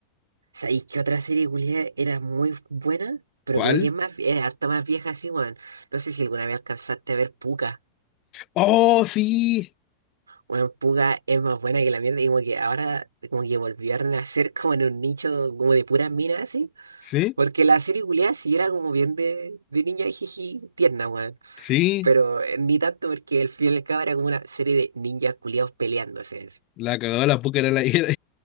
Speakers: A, on the right; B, on the left.
A: ¿Sabéis qué otra serie culiada era muy buena? Pero
B: ¿Cuál?
A: creo que es más, es harta más vieja así, weón. No sé si alguna vez alcanzaste a ver Puka.
B: ¡Oh, sí!
A: Weón, Puka es más buena que la mierda. Y como que ahora, como que volvió a renacer <laughs> como en un nicho como de puras minas así.
B: Sí,
A: Porque la serie culiada sí era como bien de, de niña jiji tierna, weón.
B: sí.
A: Pero eh, ni tanto porque el final y al cabo era como una serie de ninjas culiados peleándose.
B: La cagó la puca era la. <laughs> era-